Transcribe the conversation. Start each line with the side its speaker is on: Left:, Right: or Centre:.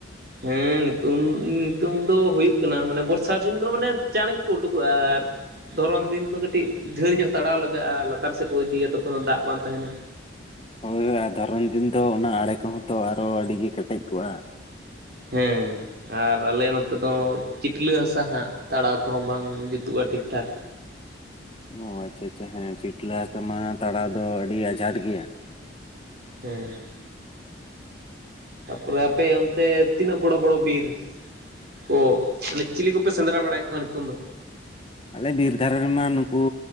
Right: ᱦᱩᱸ ᱱᱤᱛᱚᱝ, ᱱᱤᱛᱚᱝ ᱫᱚ ᱦᱩᱭᱩᱜ ᱠᱟᱱᱟ ᱢᱟᱱᱮ ᱵᱚᱨᱥᱟ ᱫᱤᱱ ᱫᱚ ᱢᱟᱱᱮ ᱪᱟᱬ ᱜᱮᱠᱚ ᱩᱰᱩᱠᱚᱜᱼᱟ ᱟᱨ ᱫᱷᱚᱨᱚᱱ ᱫᱤᱱ ᱫᱚ ᱠᱟᱹᱴᱤᱡ ᱫᱷᱮᱨ ᱧᱚᱜ ᱛᱟᱲᱟᱣ ᱞᱟᱜᱟᱜᱼᱟ, ᱞᱟᱛᱟᱨ ᱥᱮᱫ ᱠᱚ ᱤᱫᱤᱭᱟ ᱛᱚᱠᱷᱚᱱ ᱫᱚ ᱫᱟᱜ ᱵᱟᱝ ᱛᱟᱦᱮᱱᱟ᱾
Left: ᱦᱳᱭ ᱟᱨ ᱫᱷᱚᱨᱚᱱ ᱫᱤᱱ ᱫᱚ ᱚᱱᱟ ᱟᱲᱮ ᱠᱚᱦᱚᱸ ᱛᱚ ᱟᱨᱚ ᱟᱹᱰᱤᱜᱮ ᱠᱮᱴᱮᱡ ᱠᱚᱜᱼᱟ᱾
Right: ᱦᱮᱸ᱾ ᱟᱨ ᱟᱞᱮ ᱱᱚᱛᱮ ᱫᱚ ᱪᱤᱴᱞᱟᱹ ᱦᱟᱥᱟ ᱦᱟᱸᱜ ᱛᱟᱲᱟᱣ ᱠᱚᱦᱚᱸ ᱵᱟᱝ ᱡᱩᱛᱩᱜᱼᱟ ᱴᱷᱤᱠᱴᱷᱟᱠ᱾
Left: ᱚ ᱟᱪᱪᱷᱟ ᱟᱪᱪᱷᱟ ᱦᱮᱸ ᱪᱤᱴᱞᱟ ᱦᱟᱥᱟ ᱢᱟ ᱛᱟᱲᱟᱣ ᱫᱚ ᱟᱹᱰᱤ ᱟᱡᱷᱟᱴ ᱜᱮᱭᱟ᱾
Right: ᱦᱮᱸ᱾ ᱛᱟᱯᱚᱨᱮ ᱟᱯᱮ ᱚᱱᱛᱮ ᱛᱤᱱᱟᱹᱜ ᱵᱚᱲᱚ ᱵᱚᱲᱚ ᱵᱤᱨ ᱠᱚ ᱢᱟᱱᱮ ᱪᱤᱞᱤ ᱠᱚᱯᱮ ᱥᱮᱸᱫᱽᱨᱟ ᱵᱟᱲᱟᱭᱮᱫ ᱠᱚᱣᱟ ᱱᱤᱛᱚᱝ ᱫᱚ?
Left: ᱟᱞᱮ ᱵᱤᱨ ᱫᱷᱟᱨᱮ ᱨᱮᱢᱟ ᱱᱩᱠᱩ